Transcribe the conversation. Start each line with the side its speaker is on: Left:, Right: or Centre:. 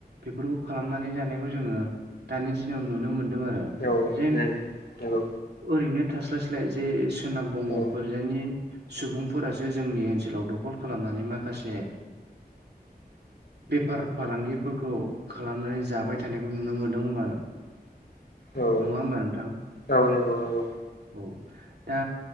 Right: बेफोरखौ खालामनानै जानायखौ जोङो दानि दिनाव नुनो मोनदों आरो।
Left: औ औ
Right: जेन
Left: नंगौ।
Right: ओरैनो थास्लायस्लाय जे सोनाब बंग'फोर
Left: औ
Right: जोंनि सुबुंफोरासो जोंनि ओनसोलाव दखल खालामनानै माखासे बेफार फालांगिफोरखौ खालामनानै जाबाय थानायखौ नुनो मोनदों।
Left: औ
Right: नङा होमबा नोंथां
Left: औ नंगौ नंगौ
Right: औ दा।